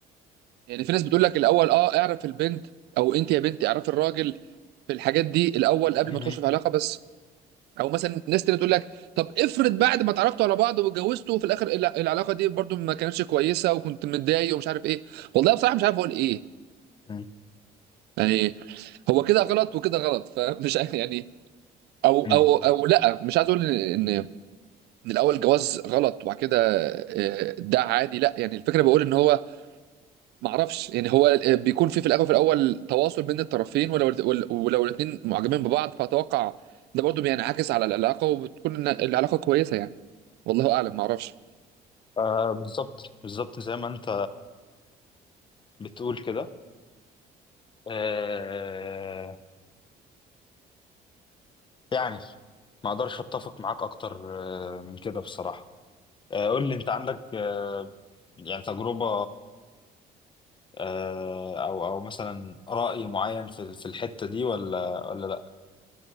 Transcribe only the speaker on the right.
يعني في ناس بتقول لك الاول اه اعرف البنت او انت يا بنتي اعرفي الراجل في الحاجات دي الاول قبل
ما تخش في علاقة بس او مثلا ناس تانية تقول لك طب افرض بعد ما اتعرفتوا على بعض واتجوزتوا وفي الاخر الع- العلاقة دي برضو ما كانتش كويسة وكنت متضايق ومش عارف ايه والله بصراحة مش عارف اقول ايه
يعني هو كده غلط وكده غلط فمش <laughs> عارف يعني او او
او لا مش عايز اقول ان ان من الاول جواز غلط وبعد كده آه، ده عادي لا يعني الفكره بقول ان هو ما اعرفش يعني هو آه، بيكون في في الاول في الاول تواصل بين الطرفين ولو ول- ولو الاثنين معجبين ببعض فاتوقع ده برضه بينعكس على العلاقه وبتكون إن العلاقه كويسه يعني والله اعلم ما اعرفش